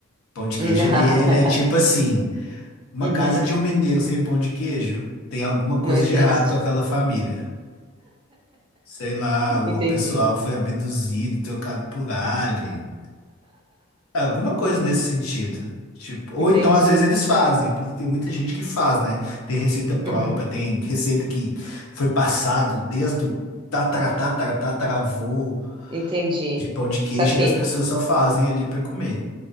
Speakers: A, on the left (about 80°); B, on the right (about 25°).
A: Pão de
B: <laughs>
A: queijo, ele, é, ele é tipo assim, uma
B: Uhum.
A: casa de um mineiro sem pão de queijo, tem alguma coisa
B: Não existe.
A: de errado com aquela família. Sei lá, o
B: Entendi.
A: pessoal foi abduzido, trocado por alien. Alguma coisa nesse sentido. Tipo, ou
B: Entendi.
A: então, às vezes, eles fazem, porque tem muita gente que faz, né? Tem receita própria,
B: Uhum.
A: tem receita que foi passado desde o tataratataratatravô
B: Entendi.
A: de pão de queijo,
B: Saquei.
A: e as pessoas só fazem ali pra comer.